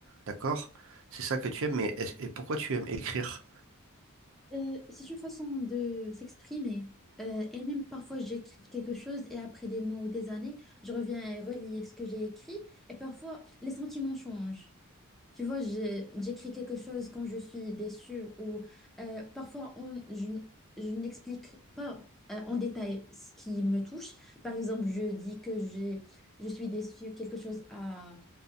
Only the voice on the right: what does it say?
d'accord? C'est ça que tu aimes, mais est- et pourquoi tu aimes écrire?